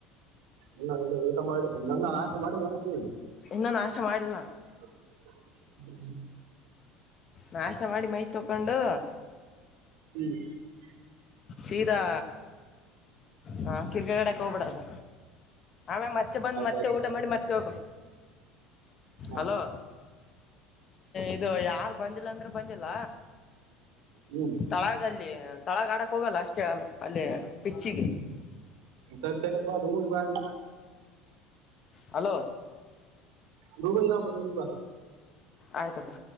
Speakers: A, on the right; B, on the left.
A: ಇಲ್ಲ ಇಲ್ಲ ಊಟ ನ ನಾಷ್ಟ ಮಾಡಿಲ್ಲೇನಪ್ಪಿ.
B: ಇನ್ನ
A: <unintelligible>
B: ನಾಷ್ಟ ಮಾಡಿಲ್ಲ ನಾಸ್ಟ ಮಾಡಿ ಮೈತ್ ತಕೊಂಡು.
A: <inaudible>
B: ಸೀದಾ ಹ ಕ್ರಿಕೆಟ್ ಆಡಕ್ ಹೋಗ್ಬಿಡದು. ಆಮೇ ಮತ್ತೆ ಬಂದು
A: ಆಯ್ತಾಯ್ತು
B: ಮತ್ತೆ ಊಟ ಮಾಡಿ ಮತ್ತೆ ಹೋಗು
A: ಹಾ
B: ಅಲೋ ಇದು ಯಾರು ಬಂದಿಲ್ಲ ಅಂದ್ರು ಬಂದಿಲ್ಲ.
A: ಹ್ಮ್
B: ತಳಾಗ ಅಲ್ಲಿ ತಳಾಗ ಆಡಕ್ ಹೋಗಲ್ಲ ಅಷ್ಟೇ ಅಲ್ಲಿೇ ಪಿಚ್ಚಿಗೆ.
A: ಸರ್ ಸರಿಪ <unintelligible>
B: ಹಲೋ
A: ಗೂಗಲ್ ಮಪ್ ನೋಡಿಬ್
B: ಆಯ್ತಪ್ಪ